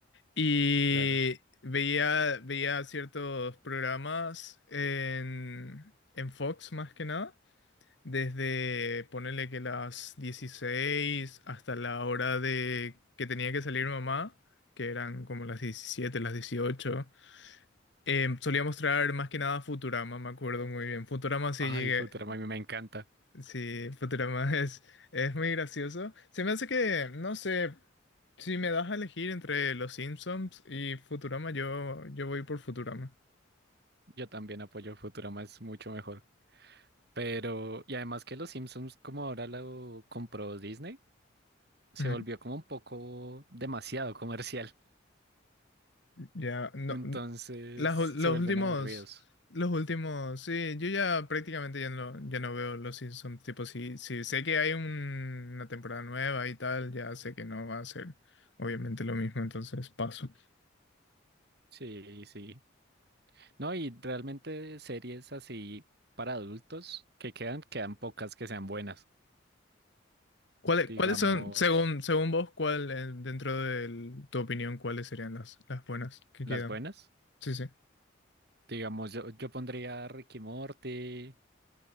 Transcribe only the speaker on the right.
claro.
Ay,
Futurama, a mí me encanta.
Yo también apoyo Futurama, es mucho mejor. Pero, y además que los Simpsons, como ahora lo compró Disney, se
volvió como un poco demasiado comercial.
Entonces
se
vuelven
aburridos.
Sí, sí. No, y realmente series así para adultos que quedan, quedan pocas que sean buenas.
Digamos,
las
buenas.
Digamos, yo, yo pondría Ricky y Morty,